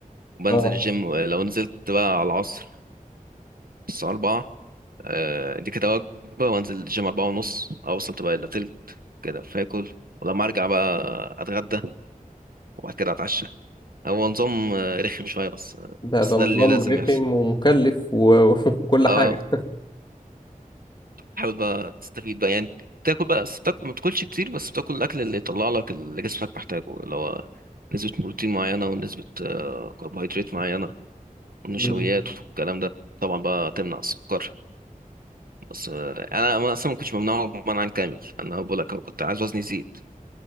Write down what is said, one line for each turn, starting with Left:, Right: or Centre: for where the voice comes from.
Right: وبنزل
Left: اه
Right: الجيم ولو نزلت بقى على العصر الساعة أربعة آه، ادي كده وجبة وانزل الجيم أربعة ونص أوصل تبقى إلا تلت كده فاكل ولما أرجع بقى أتغدى وبعد كده أتعشى هو نظام آه، رخم شوية بس آه،
Left: ده
Right: بس
Left: ده
Right: ده
Left: نظام
Right: اللي لازم
Left: رخم
Right: يحصل
Left: ومكلف و- <laughs> وكل
Right: اه
Left: حاجه
Right: حاول بقى تستفيد بقى يعني تاكل بقى بس تاكل ما تاكلش كتير بس تاكل الاكل اللي يطلع لك اللي جسمك محتاجه اللي هو نسبة بروتين معينة ونسبة آه، كربوهيدرات معينة والنشويات
Left: امم
Right: والكلام ده طبعا بقى تمنع السكر بس آه، انا أنا اصلا ما كنتش ممنوع منعا كامل انا بقول لك أهو كنت عايز وزني يزيد